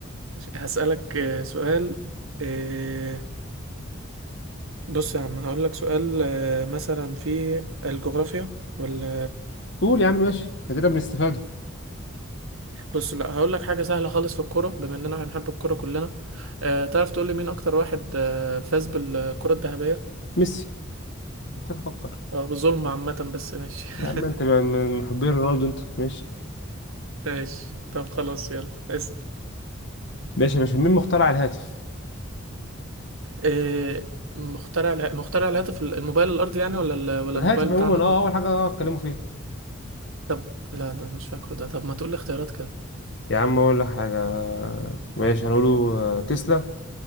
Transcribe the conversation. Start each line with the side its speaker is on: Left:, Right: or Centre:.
Right: هسألك آه، سؤال آه، بص يا عم هقول لك سؤال آه، مثلا في الجغرافيا ولا
Left: قول يا عم ماشي ادينا بنستفاده
Right: بص لا هقول لك حاجة سهلة خالص في الكورة بما اننا بنحب الكورة كلنا آه، تعرف تقول لي مين اكتر واحد آه، فاز بالكرة الذهبية
Left: ميسي محتاج افكر
Right: آه، بظلم عامة بس ماشي
Left: يا
Right: <laughs>
Left: عم انت بقى من محبين رونالدو انت ماشي
Right: ماشي طب خلاص يلا اسأل
Left: ماشي يا باشا مين مخترع الهاتف
Right: آه، مخترع اله- مخترع الهاتف الموبايل الارضي يعني ولا ال- ولا
Left: الهاتف
Right: الموبايل بتاعنا
Left: عموما
Right: احنا
Left: اه اول حاجة اه اتكلموا فيها
Right: طب لا لا مش فاكره ده طب ما تقول لي اختيارات كده
Left: يا عم اقول لك حاجة ماشي هنقوله آه، تسلا